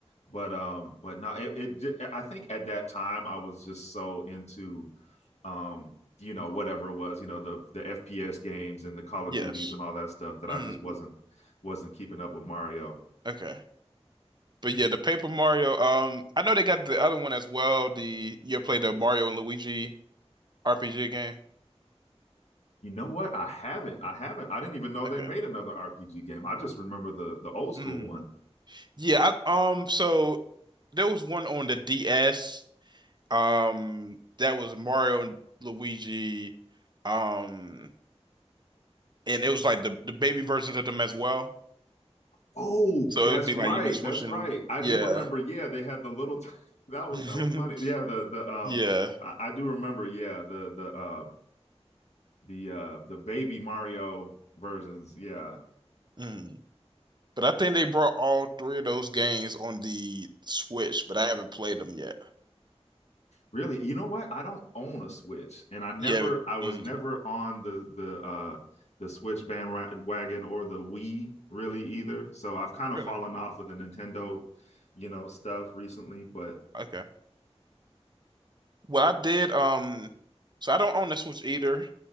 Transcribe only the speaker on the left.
But um, but no, it, it I think at that time I was just so into um, you know whatever it was, you know the the FPS games and the Call of
Duties and all that stuff that I
just wasn't wasn't keeping up with Mario.
You know what? I haven't. I haven't. I didn't even know they
made another RPG game. I just remember the the old school
one.
Oh,
that's
right.
That's right. I
do remember. Yeah, they had the little. T- <laughs> that was
hella funny. Yeah, the the um,
I, I do remember. Yeah, the the uh the uh the baby Mario versions. Yeah,
Really, you know what? I don't own a Switch, and I never,
I was
never on the the uh the Switch bandwagon or the Wii really either. So I've kind of
fallen off of the Nintendo, you know, stuff recently. But